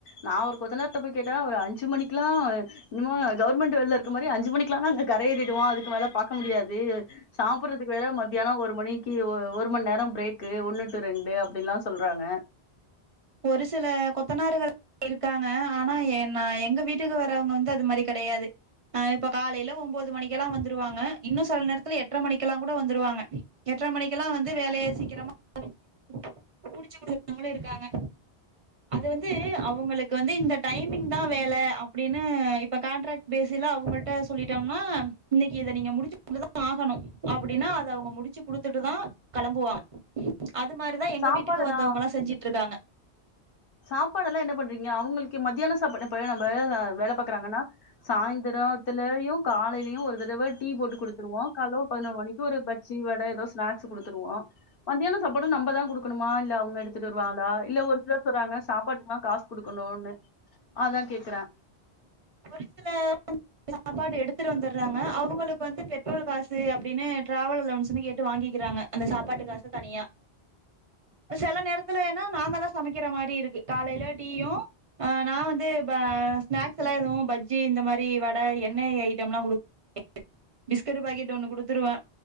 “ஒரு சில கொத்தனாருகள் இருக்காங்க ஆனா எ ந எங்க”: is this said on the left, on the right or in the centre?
Right